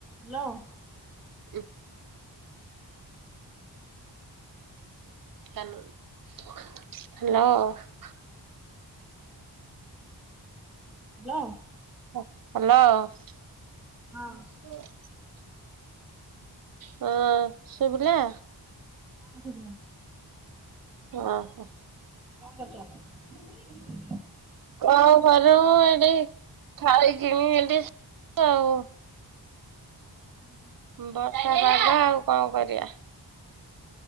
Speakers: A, in the centre; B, on the right.
A: Hello.
B: ଉଁ। କାନୁନ hello.
A: Hello.
B: ହ୍ୟାଲୋ।
A: ହଁ
B: ହଁ ସୁଵିଲା?
A: ହଁ ସୁଵିଲା,
B: ଓହୋ
A: କଣ କରୁଛ?
B: କଣ କରିବୁ ଏଠି ଖାଇକିନି <inaudible> ଆଉ।
A: ହୁଁ <inaudible>
B: ବର୍ଷା ବାଗା ଆଉ କଣ କରିବା।